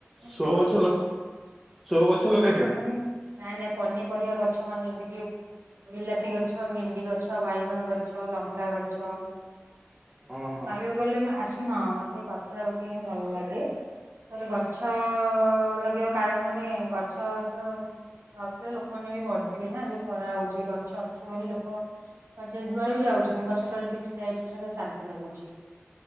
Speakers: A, in the centre; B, on the right.
A: ସୋ
B: କଣ
A: ଗଛ ସୋ ଗଛ ଲଗେଇଛ।
B: ନା ମାନେ ନାଇଁ ନାଇଁ ପନିପରିବା ଗଛ ମାନେ ଯେମିତି କିି ବିଲାତି ଗଛ ଭେଣ୍ଡି ଗଛ ବାଇଗଣ ଗଛ ଲଙ୍କା ଗଛ।
A: ଓହୋ
B: କହିବାକୁ ଗଲେ ମୁଁ ଆସିବି ହଁ ମତେ ଗଛ ଲ ପକେଇ ଭଲ ଲାଗେ। ଏରେ ଗଛ ଲଗେଇବା କାରଣ ମାନେ ଗଛ ତ ନଥିଲେ ଲୋକମାନେ ବି ମଡିଯିବେ ନା ଯୋଉ ଖରା ହଉଛି ଗଛ ଅଛି ବୋଲି ଲୋକ ପ ଯୁଆଡେ ବି ଯାଉଛନ୍ତି ଗଛ ତଳେ ଟିକେ ଛିଡା ହେଇ ପଡୁଛନ୍ତି କେତେ ଶାନ୍ତି ଲାଗୁଛି।